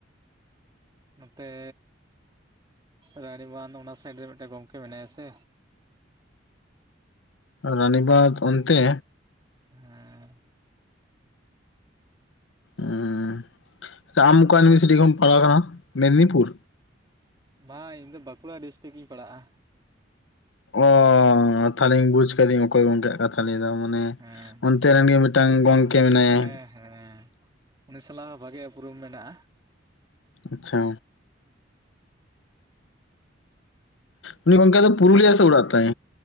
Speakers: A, on the right (about 25°); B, on the left (about 70°).
A: ᱱᱚᱛᱮ, ᱨᱟᱱᱤ ᱵᱟᱸᱫᱷ ᱚᱱᱟ ᱥᱟᱭᱤᱰ ᱨᱮ ᱢᱤᱫᱴᱮᱡ ᱜᱚᱝᱠᱮ ᱢᱮᱱᱟᱭᱟ ᱥᱮ?
B: ᱨᱟᱱᱤᱵᱟᱸᱫᱽ ᱚᱱᱛᱮ,
A: ᱦᱮᱸ᱾
B: ᱮᱸ, ᱟᱪᱷᱟ ᱟᱢ ᱚᱠᱟ ᱤᱭᱩᱱᱤᱵᱷᱟᱨᱥᱤᱴᱤ ᱠᱷᱚᱱ ᱯᱟᱲᱷᱟᱣ ᱠᱟᱱᱟ ᱢᱮᱫᱽᱱᱤᱯᱩᱨ?
A: ᱵᱟᱝ ᱤᱧ ᱫᱚ ᱵᱟᱸᱠᱩᱲᱟ ᱰᱤᱥᱴᱤᱠ ᱤᱧ ᱯᱟᱲᱟᱜᱼᱟ᱾
B: ᱚ ᱛᱟᱦᱚᱞᱮᱧ ᱵᱩᱡ ᱠᱟᱫᱤᱧ ᱚᱠᱚᱭ ᱜᱚᱝᱠᱮᱭᱟᱜ ᱠᱟᱛᱷᱟ ᱞᱟᱹᱭ ᱫᱟᱢ᱾ ᱢᱟᱱᱮ
A: ᱦᱮᱸ
B: ᱚᱱᱛᱮ ᱨᱮᱱ ᱜᱮ ᱢᱤᱫᱴᱟᱝ ᱜᱚᱝᱠᱮ ᱢᱮᱱᱟᱭᱟ᱾
A: ᱦᱮᱸ ᱦᱮᱸ ᱩᱱᱤ ᱥᱟᱞᱟᱜ ᱦᱚ ᱵᱷᱟᱜᱮ ᱩᱯᱨᱩᱢ ᱢᱮᱱᱟᱜᱼᱟ᱾
B: ᱟᱪᱪᱷᱟ, ᱩᱱᱤ ᱜᱚᱝᱠᱮᱭᱟᱜ ᱫᱚ ᱯᱩᱨᱩᱞᱤᱭᱟᱹ ᱥᱮᱫ ᱚᱲᱟᱜ ᱛᱟᱭ᱾